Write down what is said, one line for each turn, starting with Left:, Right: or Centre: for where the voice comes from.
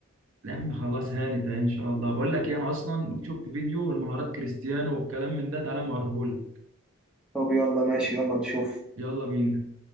Right: يا عم خلاص هانت اهي ان شاء الله بقول لك ايه انا اصلا شفت فيديو المهارات كريستيانو والكلام من ده تعالى موريهولك
Centre: طب يلا ماشي يلا نشوف
Right: يلا بينا